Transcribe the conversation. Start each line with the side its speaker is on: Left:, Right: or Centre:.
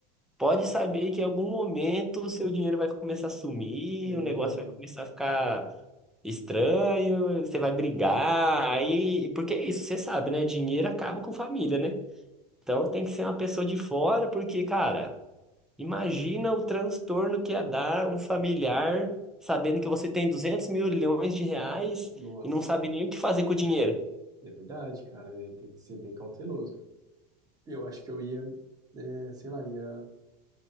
Centre: pode saber que em algum momento o seu dinheiro vai começar a sumir,
Right: É,
Centre: o negócio vai começar a ficar estranho, você vai brigar, aí, porque é isso você sabe, né? Dinheiro acaba com família, né? Então tem que ser uma pessoa de fora, porque, cara, imagina o transtorno que ia dar um familiar sabendo que você tem 200 milhões de reais
Right: Nossa.
Centre: e não sabe nem o que fazer com o dinheiro.
Right: É verdade, cara, é, tem que ser bem cauteloso. Eu acho que eu ia, é, sei lá, ia